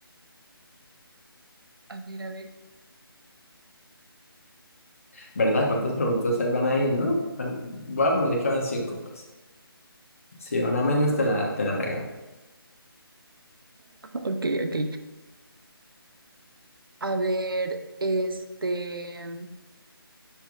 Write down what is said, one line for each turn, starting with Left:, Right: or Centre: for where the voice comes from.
Right: a ver, a ver.
Left: ¿Verdad? ¿Cuántas preguntas hay van ahí, no? Bueno, Voy a poner que van cinco, pues. Si van a menos, te la, te la regalo.
Right: Ok, ok. A ver, este.